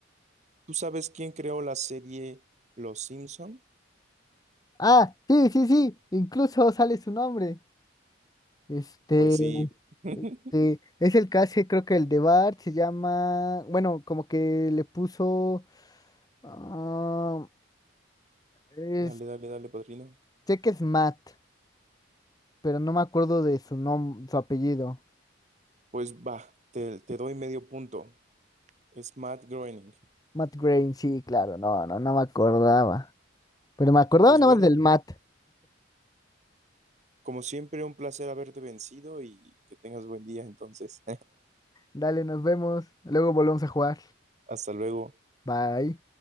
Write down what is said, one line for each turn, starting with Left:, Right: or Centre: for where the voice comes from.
Right: ¿Tú sabes quién creó la serie Los Simpson?
Left: Ah, sí, sí, sí. Incluso sale su nombre. Este,
Right: Pues sí. <laughs>
Left: este, es el que hace, creo que el de Bart se llama. Bueno, como que le puso. ah, es-
Right: Dale, dale, dale, padrino.
Left: sé que es Matt, pero no me acuerdo de su nombre, su apellido.
Right: Pues va, te, te doy medio punto. Es Matt Groening.
Left: Matt Groening, sí, claro, no, no, no me acordaba. Pero me acordaba
Right: Pues
Left: nada
Right: bueno,
Left: más del Matt.
Right: como siempre, un placer haberte vencido y que tengas buen día entonces.
Left: Dale, nos vemos. Luego volvemos a jugar.
Right: <laughs> Hasta luego.
Left: Bye.